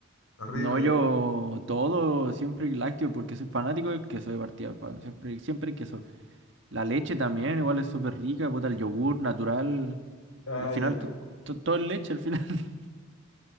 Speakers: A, on the left; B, on the right.
A: Horrible,
B: No, yo
A: ¿eh?
B: todo, siempre lácteo, porque soy fanático del queso de partida, pa, Siempre, siempre queso. La leche también, igual es súper rica, puta, el yogur natural.
A: Ay,
B: Al final,
A: el
B: to-
A: yogur.
B: to- todo es leche al final. <laughs>